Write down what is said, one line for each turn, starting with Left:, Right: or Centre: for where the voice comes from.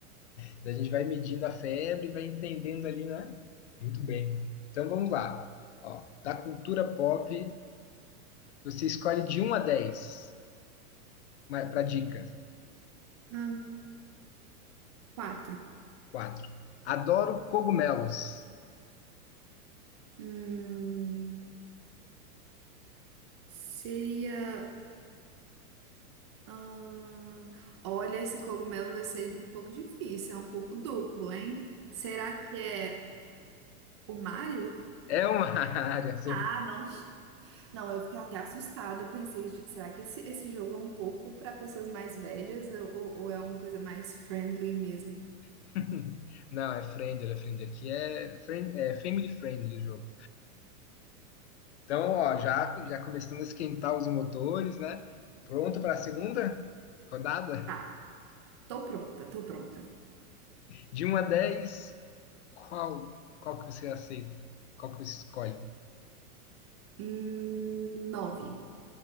Left: Então a gente vai medindo a febre, vai entendendo ali, né? Muito bem. Então vamos lá. Ó, da cultura pop, você escolhe de um a 10, para dica.
Right: Ah, quatro.
Left: quatro. Adoro cogumelos.
Right: Hum, seria. ah, olha, esse cogumelo vai ser um pouco difícil, é um pouco duplo, hein? Será que é o Mario?
Left: É uma <laughs> área, certo?
Right: Ah, não. Não, eu fiquei até assustada. Eu pensei, "Ge- será que esse, esse jogo é um pouco para pessoas mais velhas ou, ou ou é uma coisa mais friendly mesmo?
Left: <laughs> Não, é friendly, é friendly. Aqui é, friend, é family friendly o jogo. Então, ó, já, já começando a esquentar os motores, né? Pronto para a segunda rodada?
Right: Tá, tô pronta, tô pronta.
Left: De 1 a 10, qual, qual que você aceita? Qual que você escolhe?
Right: Hum, nove.